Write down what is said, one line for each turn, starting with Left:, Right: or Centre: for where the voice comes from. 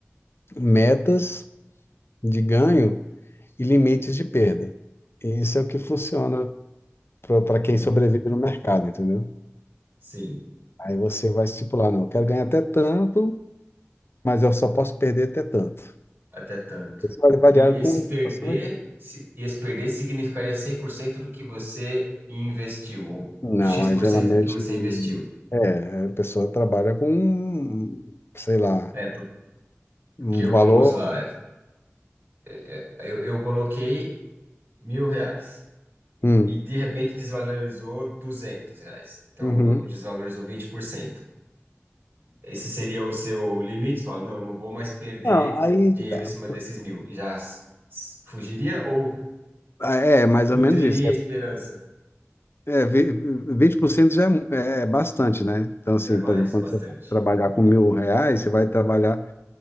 Left: metas de ganho e limites de perda. Isso é o que funciona para
Right: Uhum.
Left: quem sobrevive no mercado, entendeu?
Right: Sim.
Left: Aí você vai estipular, não, eu quero ganhar até tanto, mas eu só posso perder até tanto.
Right: até tanto.
Left: Isso vai variar
Right: E esse
Left: com
Right: perder,
Left: você vai-
Right: se- e esse perder significaria 100% do que você investiu, ou,
Left: Não,
Right: ou X%
Left: aí geralmente
Right: do que você investiu.
Left: é, a pessoa trabalha com, sei lá,
Right: É, por- porque
Left: um valor.
Right: vamos lá, é- é- é, eu, eu coloquei mil reais
Left: Hum,
Right: e de repente desvalorizou 200 reais. Então,
Left: uhum.
Right: eu desvalorizou vinte por cento Esse seria o seu limite? Fala, não, não vou mais perder
Left: Não, aí
Right: dinheiro
Left: tá.
Right: em cima desses mil. E já s- s- fugiria ou
Left: Ah, É, mais ou
Right: nutriria
Left: menos isso.
Right: a esperança?
Left: É, ve- 20% já é, mu- é bastante, né? Então, assim,
Right: Já é mais,
Left: por exemplo, quando
Right: bastante.
Left: você vai trabalhar com mil reais, você vai trabalhar,